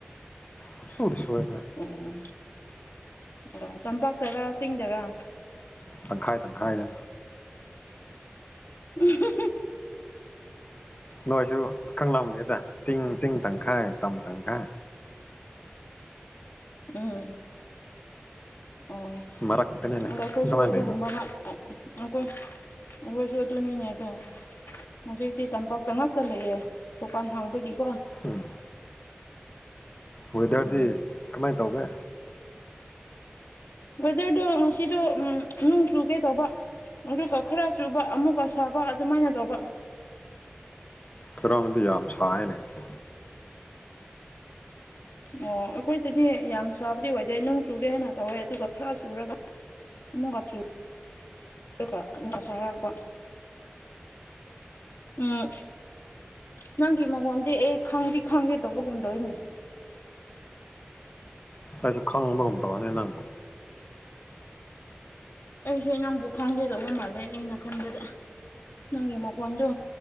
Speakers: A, on the left (about 40°); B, on the left (about 85°).
A: ꯄꯪꯁꯨꯗ ꯁꯨꯔꯦ
B: ꯑꯣ ꯑꯣ ꯇꯝꯄꯥꯛꯇꯔꯥ ꯆꯤꯡꯗꯔꯥ
A: ꯇꯪꯈꯥꯏ ꯇꯪꯈꯥꯏꯗ
B: <unintelligible>
A: ꯅꯣꯏꯁꯨ ꯀꯪꯂꯝꯅꯤꯗ ꯆꯤꯡ ꯆꯤꯡ ꯇꯪꯈꯥꯏ ꯇꯝ ꯇꯪꯈꯥꯏ
B: ꯎꯝ ꯑꯣ
A: ꯃꯔꯛꯇꯅꯤꯅꯦ
B: ꯑꯗꯣ ꯑꯩꯈꯣꯏꯁꯨ
A: ꯑꯗꯨꯃꯥꯏꯅ
B: ꯑꯗꯨꯒꯨꯝꯕ
A: ꯂꯩꯕ
B: ꯉꯥꯛ ꯑꯩꯈꯣꯏ ꯑꯩꯈꯣꯏꯁꯨ ꯑꯗꯨꯅꯤꯅꯦ ꯑꯗꯣ ꯍꯧꯖꯤꯛꯇꯤ ꯇꯝꯄꯥꯛ ꯇ ꯉꯥꯛꯇ ꯂꯩꯌꯦ ꯗꯨꯀꯥꯟ ꯍꯥꯡꯕꯒꯤꯀꯣ
A: ꯎꯝ ꯋꯦꯗꯔꯗꯤ
B: ꯎꯝ
A: ꯀꯃꯥꯏ ꯇꯧꯒꯦ
B: ꯋꯦꯗꯔꯗꯣ ꯉꯁꯤꯗꯣ ꯅꯣꯡ ꯆꯨꯒꯦ ꯇꯧꯕ ꯑꯗꯨꯒ ꯈꯔ ꯆꯨꯕ ꯑꯃꯨꯛꯀ ꯁꯥꯕ ꯑꯗꯨꯃꯥꯏꯅ ꯇꯧꯕ
A: ꯈꯔꯝꯗꯤ ꯌꯥꯝ ꯁꯥꯏꯅꯁꯦꯅꯦ ꯉꯁꯤ
B: ꯑꯣ ꯑꯩꯈꯣꯏꯗꯗꯤ ꯌꯥꯝ ꯁꯥꯕꯗꯤ ꯑꯣꯏꯗꯦ ꯅꯣꯡ ꯆꯨꯒꯦ ꯍꯥꯏꯅ ꯇꯧꯋꯦ ꯑꯗꯨꯒ ꯈꯔ ꯆꯨꯔꯒ ꯑꯃꯨꯛ ꯆꯨꯔꯒ ꯉꯁ ꯍꯥꯏꯔꯛꯄ ꯎꯝ ꯅꯪꯒꯤ ꯃꯉꯣꯟꯗꯤ ꯑꯦ ꯈꯪꯗꯤ ꯈꯪꯒꯦ ꯇꯧꯕꯒꯨꯝ ꯇꯧꯋꯤꯅꯦ
A: ꯑꯩꯖꯨ ꯈꯪꯕꯒꯨꯝ ꯇꯧꯋꯦꯅꯦ ꯅꯪꯕꯣ
B: ꯑꯩꯁꯦ ꯅꯪꯕꯨ ꯈꯪꯒꯗꯧꯕ ꯃꯥꯜꯂꯦ ꯑꯩꯅ ꯈꯟꯕꯗ ꯅꯪꯒꯤ ꯃꯈꯣꯟꯗꯣ